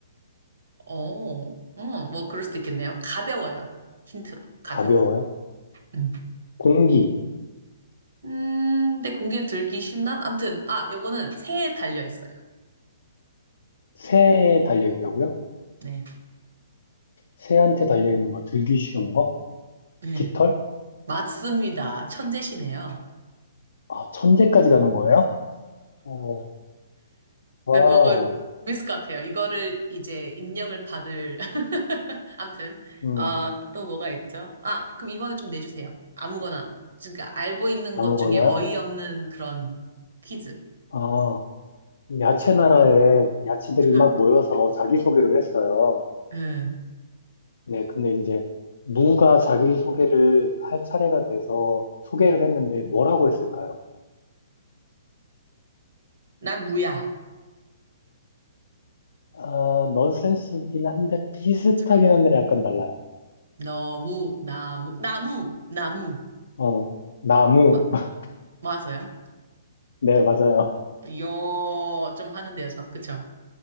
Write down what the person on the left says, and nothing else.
가벼워요.
공기,
새에 달려 있다고요?
새한테 달려 있는 거 들기 쉬운 거?
깃털?
아, 천재까지 가는 거예요? 오 와우.
음,
아무거나요?
아, 야채 나라에 야채들이
막 모여서 자기소개를 했어요.
네, 근데 이제 무가 자기소개를 할 차례가 돼서 소개를 했는데 뭐라고 했을까요?
아, 넌센스긴 한데 비슷하긴
한데 약간 달라요.
어, 나무.
<laughs>
네, 맞아요.